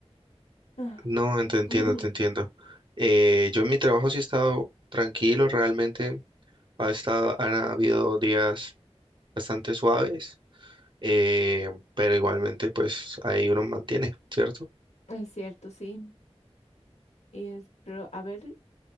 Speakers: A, on the left (about 85°); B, on the right (about 45°).
A: Ah,
B: No,
A: <laughs>
B: te entiendo, te entiendo. Eh, yo en mi trabajo sí he estado tranquilo, realmente ha estado, han habido días bastante suaves, eh, pero igualmente pues ahí uno mantiene, ¿cierto?
A: Es cierto, sí. Y es- pero a ver,